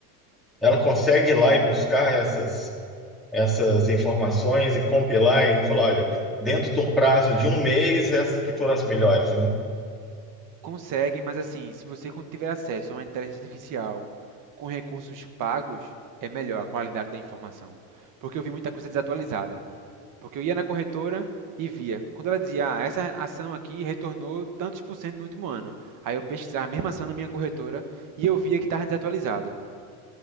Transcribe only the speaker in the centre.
Ela consegue ir lá e buscar essas, essas informações e compilar e falar, olha, dentro de um prazo de um mês, essas aqui foram as melhores, né?